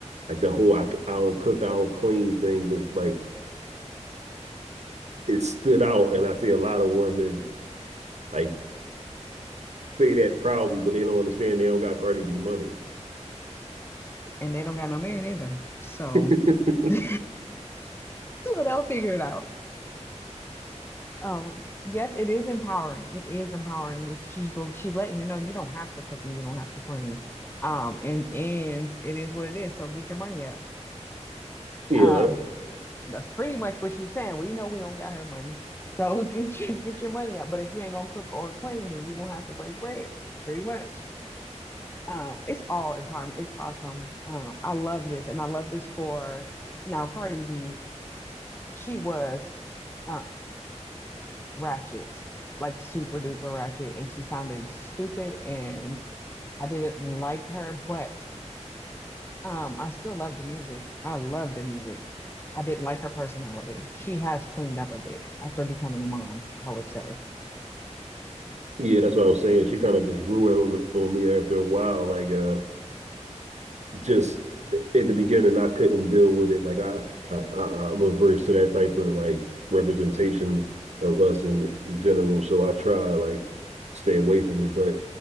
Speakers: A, on the right (about 70°); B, on the left (about 20°).
A: like the whole I, c- I don't cook I don't clean thing was like it stood out and I see a lot of women like say that proudly, but they don't understand they don't got Cardi B money.
B: and they don't got no man either. So,
A: <laughs>
B: <laughs> so they'll figure it out. Um, yes, it is empowering. It is empowering. she's she's letting you know you don't have to cook and you don't have to clean. Um, and and it is what it is. So get your money up.
A: yeah,
B: Um,
A: like,
B: that's pretty much what she's saying. We know we don't got her money, so <laughs> get your get your money up. But if you ain't gonna cook or clean, then you're gonna have to break bread, pretty much. Um, it's all empowerment. It's awesome. Um, I love this, and I love this for now Cardi B she was um, ratchet, like super duper ratchet, and she sounded stupid, and I didn't like her, but um, I still loved the music. I loved the music. I didn't like her personality. She has cleaned up a bit after becoming a mom, I would say,
A: yeah, that's what I was saying. She kind of just grew it on, on me after a while. Like, uh, just at the beginning I couldn't deal with it. Like I, I, I am averse to that type of like representation of us in general. So I try like stay away from it. But